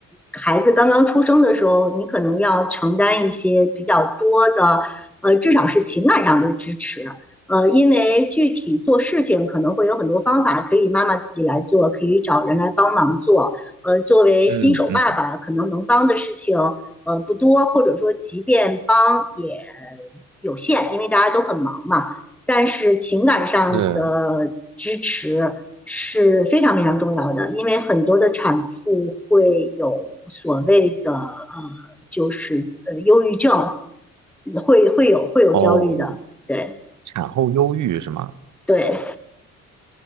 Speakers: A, in the centre; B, on the right (about 70°).
A: 孩子刚刚出生的时候，你可能要承担一些比较多的，呃，至少是情感上的支持。呃，因为具体做事情可能会有很多方法，可以妈妈自己来做，可以找人来帮忙做。呃，作为新手爸爸，
B: 嗯嗯，
A: 可能能帮的事情呃不多，或者说即便帮也有限，因为大家都很忙嘛。但是情感上的支持是非常非常重要的，
B: 是
A: 因为很多的产妇会有所谓的呃，就是呃忧郁症，会会有会有焦虑的，
B: 哦，
A: 对
B: 产后忧郁是吗？
A: 对，